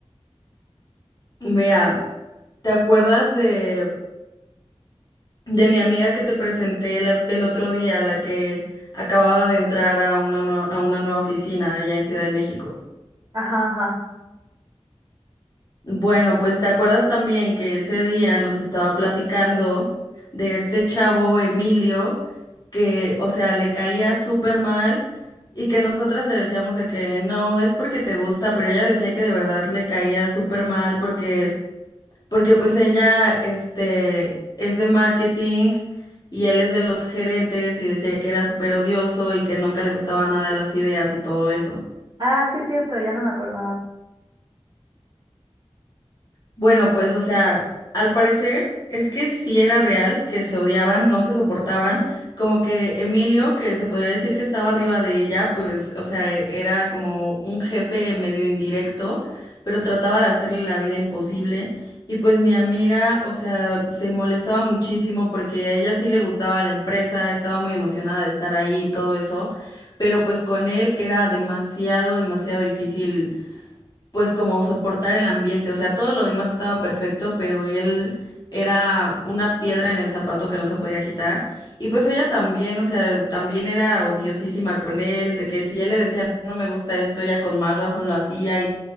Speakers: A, on the left; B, on the right.
A: Mira, ¿te acuerdas de, de mi amiga que te presenté el, el otro día, la que acababa de entrar a una, nue- a una nueva oficina allá en Ciudad de México?
B: Ajá, ajá.
A: Bueno, pues te acuerdas también que ese día nos estaba platicando de este chavo Emilio que, o sea, le caía súper mal y que nosotras le decíamos de que no, es porque te gusta, pero ella decía que de verdad le caía súper mal porque, porque pues ella, este, es de marketing y él es de los gerentes y decía que era súper odioso y que nunca le gustaban nada las ideas y todo eso.
B: Ah, sí es cierto, ya no me acordaba.
A: Bueno, pues, o sea, al parecer es que sí era real, que se odiaban, no se soportaban, como que Emilio, que se podría decir que estaba arriba de ella, pues, o sea, e- era como un jefe medio indirecto, pero trataba de hacerle la vida imposible. Y pues mi amiga, o sea, se molestaba muchísimo porque a ella sí le gustaba la empresa, estaba muy emocionada de estar ahí y todo eso, pero pues con él era demasiado, demasiado difícil pues como soportar el ambiente, o sea, todo lo demás estaba perfecto, pero él era una piedra en el zapato que no se podía quitar. Y pues ella también, o sea, también era odiosísima con él, de que si él le decía no me gusta esto, ella con más razón lo hacía y,